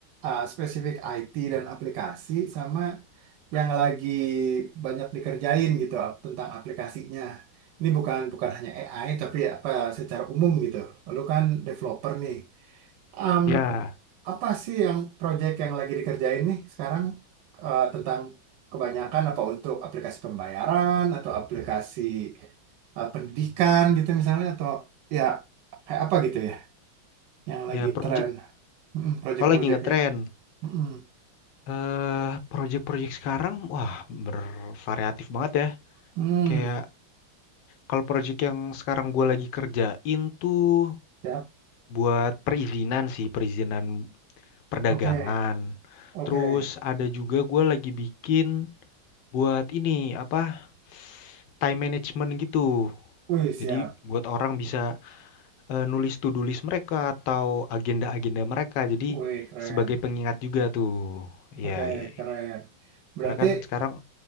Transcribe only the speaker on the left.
Ya,
ya
project.
Oh, lagi ngetren.
Eh, project-project sekarang, wah, bervariatif banget ya.
Kayak kalau project yang sekarang gue lagi kerjain tuh
buat perizinan sih, perizinan perdagangan.
Terus ada juga gue lagi bikin buat ini apa? Time management gitu.
Jadi buat orang bisa eh, nulis to-do list mereka atau agenda-agenda mereka. Jadi
sebagai pengingat juga tuh.
Ya, ya,
ya.
Karena kan sekarang